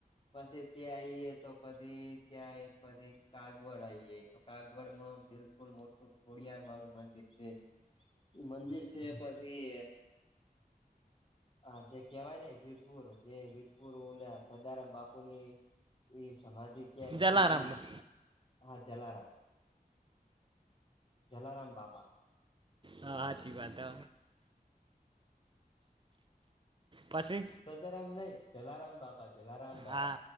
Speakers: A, on the left; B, on the right.
A: પછી ત્યાં આઈએ તો પછી ત્યાં પછી કાગવડ આઈયે તો કાગવડ માં બિલકુલ મોટું ખોડિયારમાં નું મંદિર છે મંદિર છે પછી હા જે કેવાય ને વીરપુર જે વીરપુર ઓલ્યા સદારામ બાપુની એ સમાધિ ત્યાં લીધી
B: જલારામ
A: તી
B: બા
A: હા જલારા જલારામ બાબા
B: હા સાચચી વાત હ પછી
A: સદારામ નહી જલારામ બાપા જલારામ બાપા
B: હા